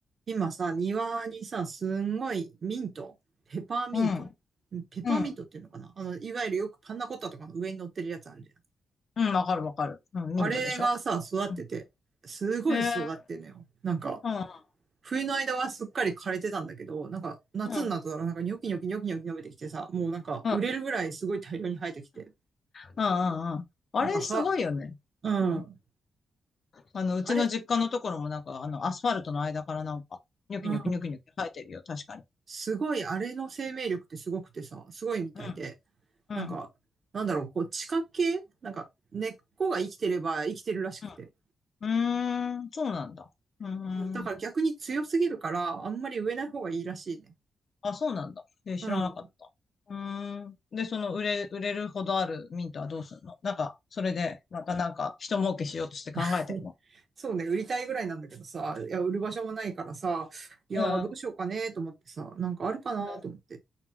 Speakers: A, on the right; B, on the left.
A: 今さ、庭にさ、すんごいミント、ペパーミント、
B: うん。
A: ペパーミントっていうのかなあの、
B: うん。
A: いわゆるよくパンナコッタとかの上に乗ってるやつあるじゃん。
B: うん。わかるわかる。うん。
A: あれがさ、
B: ミントでしょ
A: 育ってて、
B: う
A: すごい育ってんのよ。
B: ん。え
A: なんか、
B: ー、う
A: 冬の間はすっかり枯れてたんだけど、なんか、夏になったらなんかニョキニョキニョキニョキ伸びてきてさ、
B: ん。うん。
A: もうなんか、
B: うん。
A: 売れるぐらいすごい大量に生えてきて、
B: うん。うんうんあれ、
A: なんか、は、
B: すごいよね。
A: うん、
B: うん。あの、うちの実家のところもなんか、
A: あれ、
B: あの、アスファルトの間からなんか、ニョキニョキニョキニョキ生えてるよ。
A: うん、
B: 確かに。
A: すごい、あれの生命力ってすごくてさ、すごいみたいで、
B: うん。うん。
A: なんか、なんだろう、こう、地下系なんか、根っこが生きてれば生きてるらしくて。
B: うん。うーん。そうなんだ。うーん。
A: だから逆に強すぎるから、
B: うん。
A: あんまり植えない方がいいらしいね。
B: あ、そうなんだ。え、知らなかった。
A: うん。
B: うーん。で、その売れ、売れるほどあるミントはどうすんのなんか、それで、またなんか、人儲けしようとして考えてるの
A: <laughs> そうね、売りたいぐらいなんだけどさ、いや、売る場所もないからさ、いやー、
B: うん。
A: どうしようかね、
B: うん。
A: と思ってさ、なんかあるかな、
B: うん。
A: と思って。